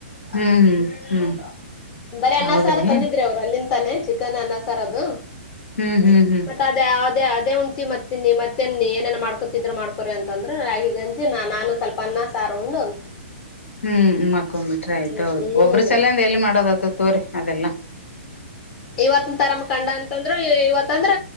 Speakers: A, on the left; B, on the left.
A: ಹ್ಮ್ ಹ್ಮ್ ಹ್ಮ್..
B: ಬರೀ ಅ್ಣ
A: ಹೌದ್ರಿ
B: ಸಾರ ತಂದಿದ್ರಿ ಅವ್ರು ಅಲ್ಲಿಂತಾನೆ ಚಿಕನ್ ಅನ್ನ ಸಾರ್ ಅದು.
A: ಹ್ಮ್ ಹ್ಮ್ ಹ್ಮ್
B: ಮತ್ತೆ ಅದೇ ಅದೇ ಅದೇ ಉಂಟ.. ಮತ್ತ ನೀ ಮತ್ತೇನ್ ನೀ ಏೇನ್ ಮಾಡ್ಕೊತಿದ್ರು ಮಾಡ್ಕೊರಿ ಅಂತ ಅಂದ್ರೆ ರಾಗಿ ಗಂಜಿ ನಾನು ಸ್ವಲ್ಪ ಅನ್ನ ಸಾರೊಂಡು.
A: ಹ್ಮ್ ಮಕೊಂಡ್ ಬಿಟ್ರೆ ಆಯ್ತ
B: ಹ್ಮ್
A: ಹೌದು ಒಬ್ಬ್ರ ಸಲ ಅಂದ ಎಲ್ಲಿ ಮಾಡ. ಡದ ತುತ್ತೂರಿ ಅದೆಲ್ಲ..
B: ಇವತ್ ತರಮ ಕಂಡ ಅಂತಂದ್ರೂ ಇವತ್ತಂದ್ರ